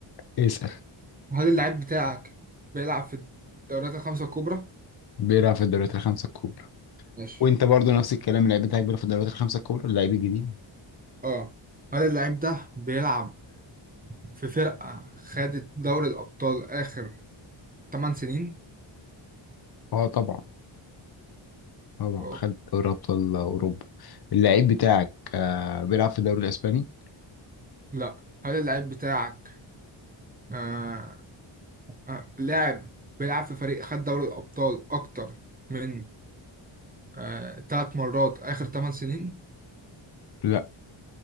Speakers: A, on the left (about 50°); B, on the right (about 20°).
A: اسال
B: هل اللعيب بتاعك بيلعب في الدوريات الخمسة الكبرى
A: بيلعب في الدوريات الخمسه الكبرى
B: ماشي
A: وانت برضو نفس الكلام اللعيب بتاعك بيلعب في الدوريات الخمسه الكبرى اللعيب الجديد
B: اه هل اللعيب ده بيلعب في فرقة خدت دوري الأبطال آخر 8 سنين
A: اه طبعا طبعا
B: أوه.
A: خد دوري ابطال اوروبا اللعيب بتاعك آه، بيلعب في الدوري الاسباني
B: لا هل اللعيب بتاعك آه، آه، لاعب بيلعب في فريق خد دوري الأبطال أكتر من آه، تلات مرات آخر تمن سنين
A: لا